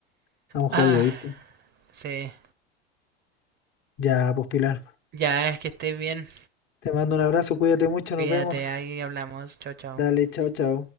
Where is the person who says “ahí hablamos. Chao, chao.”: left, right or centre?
Right